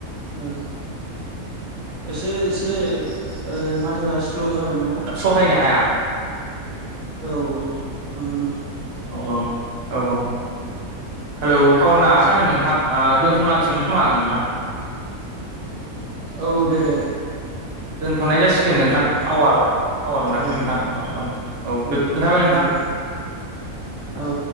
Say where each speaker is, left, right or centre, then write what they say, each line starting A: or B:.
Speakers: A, on the right; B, on the right.
A: औ एसे एसे ओ माथोआ स्ल' जाबाय नामा?
B: सहायनो हाया
A: औ औ नंगौ नंगौ।
B: औ औ औ औ। हेल' टावार नांङासै आंना नोंथां ओ दोनथ' थ'नांसिन खोमा आं नोंथां?
A: औ-औ दे-दे-दे।
B: दोनथ'नाय जासिगोन नोंथां
A: दे
B: टावार टावार मोनाखै
A: औ
B: नोंथां औ-औ-औ
A: औ
B: <unintelligible> थाबाय नोंथां
A: औ दे औ